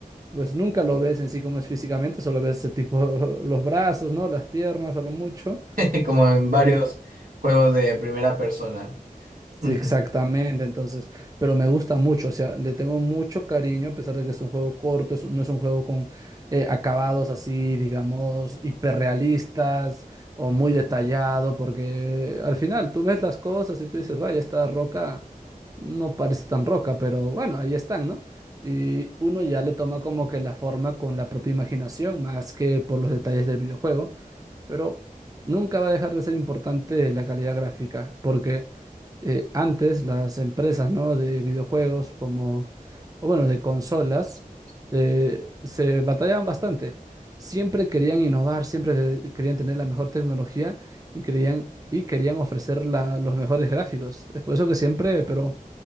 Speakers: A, on the right; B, on the right.
A: pues nunca lo ves en sí como es físicamente, solo ves ese tipo <laughs> los brazos, ¿no? Las piernas a lo mucho.
B: <laughs> Como en varios
A: Eh,
B: juegos de primera persona. <laughs>
A: Exactamente, entonces, pero me gusta mucho, o sea, le tengo mucho cariño a pesar de que es un juego corto, es un- no es un juego con eh, acabados así, digamos, hiperrealistas o muy detallado, porque al final tú ves las cosas y tú dices, vaya, esta roca no parece tan roca, pero bueno, ahí están, ¿no? Y uno ya le toma como que la forma con la propia imaginación, más que por los detalles del videojuego pero nunca va a dejar de ser importante la calidad gráfica, porque eh, antes las empresas, ¿no? de videojuegos como, o bueno, de consolas, eh, se batallaban bastante. Siempre querían innovar, siempre que- querían tener la mejor tecnología y querían, y querían ofrecer la- los mejores gráficos. Es por eso que siempre, pero